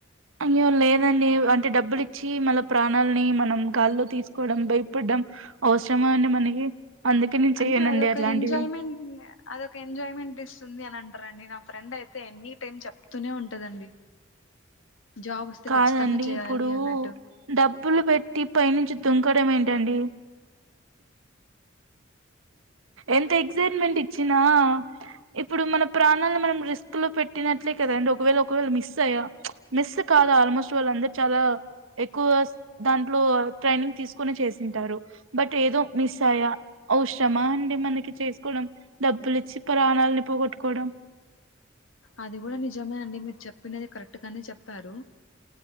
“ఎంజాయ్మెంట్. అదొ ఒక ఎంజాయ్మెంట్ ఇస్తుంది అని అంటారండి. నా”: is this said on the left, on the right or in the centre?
Left